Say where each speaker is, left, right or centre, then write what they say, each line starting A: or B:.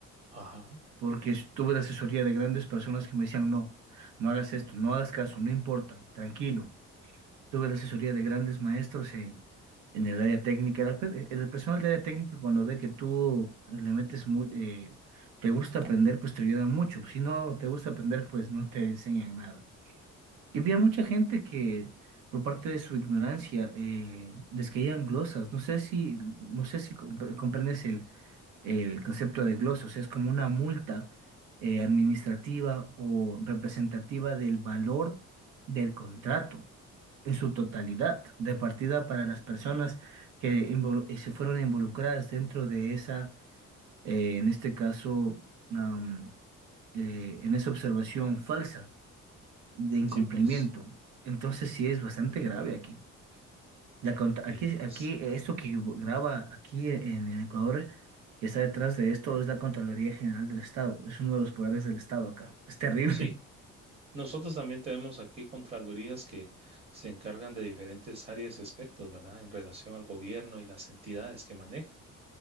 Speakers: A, on the right; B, on the right.
A: Ajá.
B: porque tuve la asesoría de grandes personas que me decían, no, no hagas esto, no hagas caso, no importa, tranquilo. Tuve la asesoría de grandes maestros en, en el área técnica. La pe- el personal de área técnica, cuando ve que tú le metes mu- eh, te gusta aprender, pues te ayuda mucho. Si no te gusta aprender, pues no te enseñan nada. Y había mucha gente que, por parte de su ignorancia, eh, les caían glosas. No sé si, no sé si comp- comprendes el concepto de glosa, o sea, es como una multa eh, administrativa o representativa del valor del contrato en su totalidad, repartida para las personas que involu- eh, se fueron involucradas dentro de esa, eh, en este caso, am, eh, en esa observación falsa de incumplimiento.
A: Sí, pues,
B: Entonces sí es bastante grave aquí. La conta- aquí,
A: mira, pues,
B: aquí, eh, esto que graba aquí en en Ecuador, que está detrás de esto, es la Contraloría General del Estado. Es uno de los poderes del Estado acá. Es terrible.
A: sí, nosotros también tenemos aquí contralorías que se encargan de diferentes áreas y aspectos, ¿verdad? En relación al gobierno y las entidades que maneja.